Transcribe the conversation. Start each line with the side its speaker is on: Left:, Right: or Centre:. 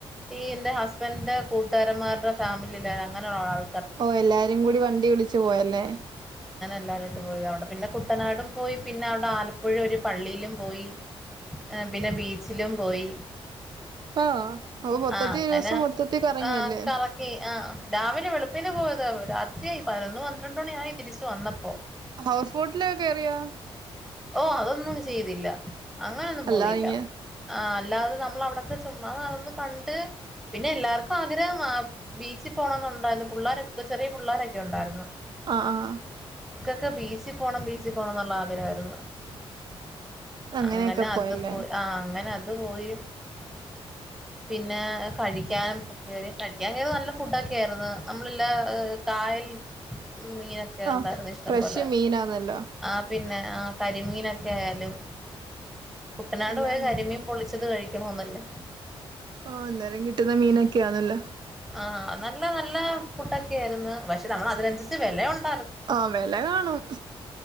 Centre: ഈ എന്റെ ഹസ്ബൻഡിന്റെ കൂട്ടുകാരന്മാരുടെ ഫാമിലി അങ്ങനെള്ള ആൾ
Right: ഓ എല്ലാരും കൂടി വണ്ടി വിളിച്ചു പോയല്ലേ?
Centre: എല്ലാവരോട്ട് പോയത് അവിടെ പിന്നെ കുട്ടനാടും പോയി പിന്നെ അവിടെ ആലപ്പുഴ ഒരു പള്ളിയിലും പോയി പിന്നെ ബീച്ചിലും പോയി
Right: ആ അപ്പൊ മൊത്തത്തി
Centre: ആ അങ്ങനെ
Right: ഒരു ദിവസം മൊത്തത്തി കറങ്ങിയല്ലേ
Centre: ആ കറക്കി ആഹ് രാവിലെ വെളുപ്പ പിന്നെ പോയത് രാത്രിയായി പതിനൊന്നു പന്ത്രണ്ട് മണിയ ആയി തിരിച്ചു വന്നപ്പോ
Right: ഹൗസ് ബോട്ടില കേയറിയാ?
Centre: ഓ അതൊന്നും ചെയ്തില്ല അങ്ങനൊന്നും
Right: അല്ലാ
Centre: പോയില്ല
Right: ഇങ്ങ
Centre: ആ അല്ലാതെ നമ്മൾ അവിടൊക്കെ ചുമ്മാന്ന് കണ്ട് പിന്നെ എല്ലാവർക്കും ആഗ്രഹം ആ ബീച്ചിൽ പോണംന്നുണ്ടായിരുന്നു പിള്ളോരൊക്കെ ചെറിയ പിള്ളേരൊക്കെ ഉണ്ടായിരുന്നു
Right: ആഹ് ആഹ്
Centre: ക്കെ ബീച്ചിൽ പോണം ബീച്ചിൽ പോണം എന്നുള്ള ആഗ്രഹാരുന്നു
Right: അങ്ങനെയൊക്കെ
Centre: <unintelligible> അങ്ങനെ
Right: പോയല്ലേ
Centre: അത് പോ ആ അങ്ങനെ അത് അതു പോയി പിന്നെ കഴിക്കാനുംറി കഴിക്കാൻ കറി നല്ല ഫുഡക്കെ ആയിരുന്നു നമ്മളല്ല കായൽ മീനൊക്കെ
Right: ആഹ്
Centre: ഉണ്ടായിരുന്നു ഇഷ്ടംപോലെ
Right: ഫ്രഷ് മീനാന്നല്ലോ
Centre: ആ പിന്നെ ആഹ് കരിമീനൊക്കെ ആയാലും കുട്ടനാട്
Right: എല്ലാന്ന്
Centre: പോയ കരിമീം പൊളിച്ചത് കഴിക്ക ക്ക് ഹോമ്മല്ലേ
Right: ആഹ് അന്നേരം കിട്ടുന്ന മീനൊക്കെയ ആന്നല്ല
Centre: ആ നല്ല നല്ല ഫുഡൊക്കെ ആയിരുന്നു പക്ഷെ നമ്മൾ അതിനനുസരിച്ച് വിലയുണ്ട്
Right: ആഹ് വില കാണും